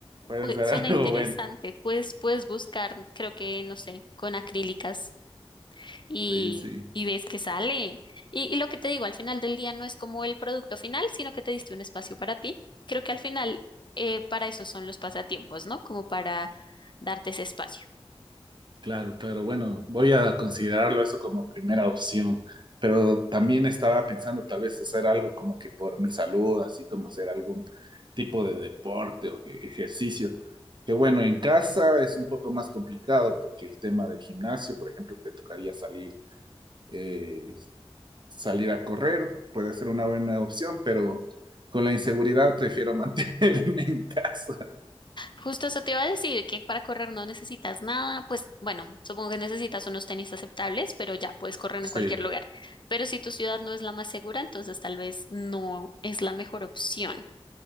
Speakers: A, on the right; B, on the left.
A: puede
B: Pues,
A: ser
B: suena
A: algo
B: interesante.
A: <laughs> bueno.
B: Pues puedes buscar, creo que, no sé, con acrílicas y,
A: Sí, sí.
B: y ves que sale. Y, y lo que te digo, al final del día no es como el producto final, sino que te diste un espacio para ti. Creo que al final eh, para eso son los pasatiempos, ¿no? Como para darte ese espacio.
A: Claro, claro. Bueno, voy a considerarlo eso como primera opción, pero también estaba pensando tal vez hacer algo como que por mi salud, así como hacer algún tipo de deporte o que- ejercicio. Que bueno, en casa es un poco más complicado porque el tema del gimnasio, por ejemplo, te tocaría salir, eh, salir a correr, puede ser una buena opción, pero con la inseguridad prefiero <laughs> mantenerme en casa.
B: Justo eso te iba a decir, que para correr no necesitas nada, pues bueno, supongo que necesitas unos tenis aceptables, pero ya puedes correr
A: Sí,
B: en cualquier lugar. Pero si tu ciudad no es la más segura, entonces tal vez no es la mejor opción.